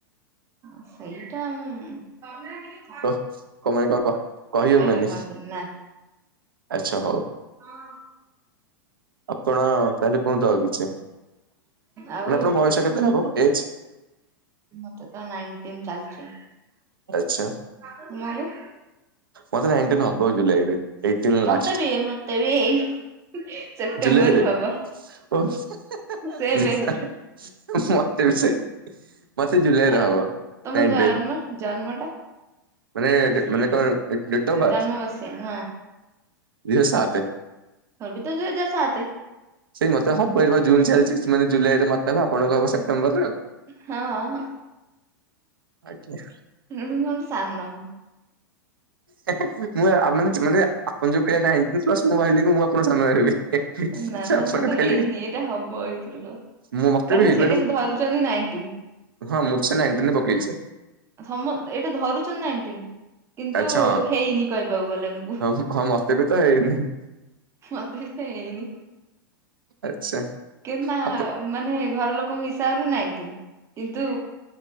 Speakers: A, on the right; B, on the right.
A: ହ ସେଇଟା ଉଁ
B: କ କଣପାଇଁ କଣ କହ କହିହବନି
A: ଏଇଟା କୁହନ୍ତିନି
B: ଆଚ୍ଛା ହଉ।
A: ହଁ।
B: ଆପଣ ତାହଲେ କୁହନ୍ତ ଆ କିଛି ମ
A: ଆଉ
B: ଆପଣ ବୟସ କେତେ ହବ ଏଜ୍?
A: ମତେ ତ ନାଇନଟିନ୍ ଚାଲିଚି।
B: ଆଚ୍ଛା
A: ତମର?
B: ମତେ ନାଇଣ୍ଟିନ୍ ହବ ଏଇ ଜୁଲାଇରେ। ଏଇଟିନ୍
A: ମତେ
B: ଲାଷ୍ଟ
A: ବି ମତେ ବି ଏଇ ସେପ୍ଟେମ୍ବର
B: ଜୁଲାଇରେ
A: ହବ।
B: ଓ ମତେ
A: ସେମ୍ ଏଜ୍ ର
B: ବି ସେଇ ମତେ ଜୁଲାଇରେ
A: ଆଉ
B: ହବ
A: ତମ
B: ନାଇଣ୍ଟିନ୍।
A: ଜନ୍ମ ଜନ୍ମଟା
B: ମାନେ
A: ମସିଆ
B: ମାନେ କଣ ଡେଟ୍ ଅଫ୍ ବାର୍ଥ
A: ଜନ୍ମ ମସିଆ ହଁ।
B: ଦୁଇ ହଜାର ସାତେ।
A: ମୋର ବି ତ ଦୁଇହାଜର ସତେ।
B: ସେଇ ମତେ ହବ ଏଇଟା ପା ଜୁନ ଚାଲିଛି ସେ ମାନେ ଜୁଲାଇରେ ମତେ ହବ ଆପଣ ହବ ସେ ପ୍ଟେମ୍ବର ରେ ଆଉ
A: ହଁ।
B: ଆଜ୍ଞା।
A: ହୁଁ ଉଁ ସାନ।
B: <unintelligible> ମୁଁ ମାନେ ଆପଣ ଯୋଉ କହିଲେ ନାଇଣ୍ଟିନ୍ ପ୍ଲସ୍ ମୁଁ ଭାଇିଲ କି ମୁଁ ଆପଣଙ୍କ ସାନ ହେବି।
A: ନା ନା
B: ଆପଣ
A: ମତେ
B: କହିଲେ
A: ହେଇନି ଏଇଟା ହବ ଏଇଥରକ।
B: ମୁଁ ମତେ
A: କାରଣ
B: ବି ହେଇନି
A: ସେଇଟାକୁ
B: ବଟ୍
A: ଧରୁଚନ୍ତି ନାଇଣ୍ଟିନ୍।
B: ହଁ ମୁଁ ସେଇ ନାଇଣ୍ଟିନ୍ ରେ ପକେଇଚି।
A: ସମ ଏଇଟା ଧରୁଚନ୍ତି ନ ଏଇଣ୍ଟିନ୍ କିନ୍ତୁ
B: ଆଚ୍ଛା ହଁ।
A: ହେଇନି କହିବାକୁ ଗଲେ ମୁଁ
B: ହଁ ହଁ ମତେ ବି ତ ହେଇନି।
A: ମତେ ବି ତ ହେଇନି।
B: ଆଚ୍ଛା।
A: କିନ୍ତୁ ତା
B: ଆପ
A: ମାନେ ଘର ଲୋକଙ୍କ ହିସାବରେ ନାଇନଟିନ୍। କିନ୍ତୁ